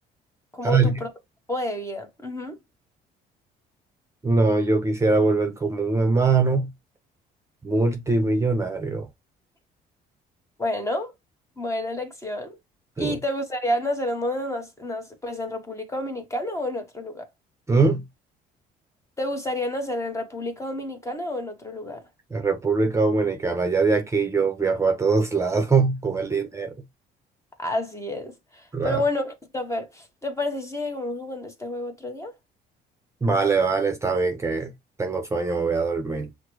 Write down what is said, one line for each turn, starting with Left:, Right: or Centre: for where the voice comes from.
Left: como
Right: Alguien.
Left: tu prototipo de vida. Ujú.
Right: No, yo quisiera volver como un hermano multimillonario.
Left: Bueno, buena elección. ¿Y
Right: Sí.
Left: te gustaría nacer en donde nas- nas- pues en República Dominicana o en otro lugar?
Right: ¿Mm?
Left: ¿Te gustaría nacer en República Dominicana o en otro lugar?
Right: En República Dominicana, ya de aquí yo viajo a todos lados <laughs> con el dinero.
Left: Así es.
Right: Claro.
Left: Pero bueno, Christopher, ¿te parece si seguimos jugando este juego otro día?
Right: Vale, vale, está bien que tengo sueño, me voy a dormir.